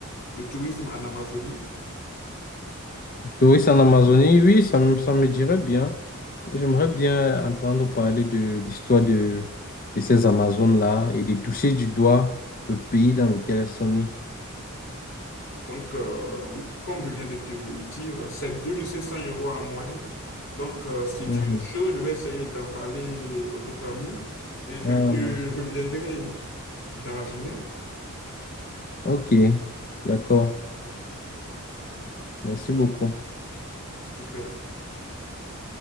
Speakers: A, on the left; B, on the left.
A: le tourisme en Amazonie?
B: Touristes en Amazonie, oui, ça, me- ça me dirait bien. J'aimerais bien entendre parler de l'histoire de, de ces Amazones-là et de toucher du doigt le pays dans lequel elles sont nées.
A: Donc, euh, oui, comme je viens de te le dire, c'est 2500 euros en moyenne. Donc, euh, si
B: Mhm.
A: tu es chaud, je vais essayer d'en parler aux autres amis et je
B: Ah,
A: te
B: Amazonie.
A: reviendrai dans la journée.
B: Ok, d'accord.
A: Oui,
B: Merci beaucoup.
A: super.